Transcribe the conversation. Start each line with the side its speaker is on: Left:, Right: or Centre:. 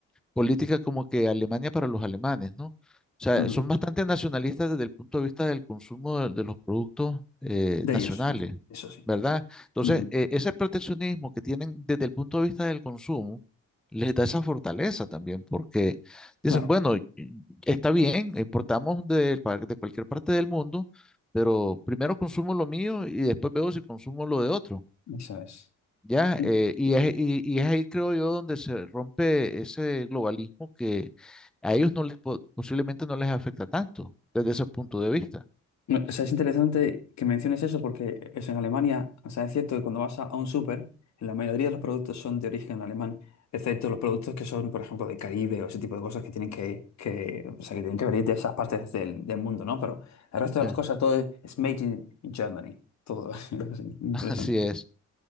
Centre: política como que Alemania para los alemanes, ¿no? O sea,
Left: Ujú,
Centre: son bastante nacionalistas desde el punto de vista del consumo de, de los productos eh,
Left: De
Centre: nacionales,
Left: ellos, eso sí,
Centre: ¿verdad? Entonces,
Left: ujú.
Centre: eh, ese proteccionismo que tienen desde el punto de vista del consumo les da esa fortaleza también, porque dicen,
Left: claro,
Centre: bueno, y- y está bien, importamos de, pa- de cualquier parte del mundo, pero primero consumo lo mío y después veo si consumo lo de otro.
Left: eso es.
Centre: ¿ya?
Left: Sí.
Centre: Eh, y es, y- y es ahí, creo yo, donde se rompe ese globalismo que a ellos no les, po- posiblemente no les afecta tanto desde ese punto de vista.
Left: No, o sea, es interesante que menciones eso porque es en Alemania, o sea, es cierto que cuando vas a, a un súper, en la mayoría de los productos son de origen alemán, excepto los productos que son, por ejemplo, de Caribe o ese tipo de cosas que tienen que, que, o sea, que tienen que venir de esas partes del, del mundo, ¿no? Pero el resto
Centre: Sí.
Left: de las
Centre: <laughs>
Left: cosas, todo es made in Germany, todo <laughs> es así, interesante.
Centre: Así es,